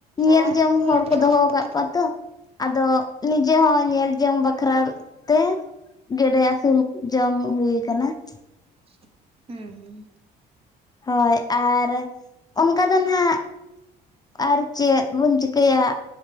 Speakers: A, on the left; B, on the right.
A: ᱧᱮᱞ
B: ᱟᱨ
A: ᱡᱚᱝ
B: ᱧᱮᱞ
A: ᱦᱚᱲ ᱠᱚ
B: ᱡᱚᱝ
A: ᱫᱚᱦᱚ
B: ᱦᱚᱲ
A: ᱟᱠᱟᱫ ᱠᱚᱣᱟ ᱾ ᱛᱚ ᱟᱫᱚ ᱱᱤᱡᱮ ᱦᱚᱸ ᱧᱮᱞ ᱡᱚᱝ ᱵᱟᱠᱷᱨᱟ ᱛᱮ, ᱜᱮᱰᱮ ᱟᱹᱥᱩᱞ ᱡᱚᱝ ᱦᱩᱭ ᱟᱠᱟᱱᱟ ᱾
B: <inaudible> ᱦᱮᱸ ᱦᱮᱸ ᱾
A: ᱦᱳᱭ ᱟᱨ ᱚᱱᱠᱟ ᱫᱚ ᱱᱟᱦᱟᱜ ᱟᱨ ᱪᱮᱫ ᱵᱚᱱ ᱪᱤᱠᱟᱹᱭᱟ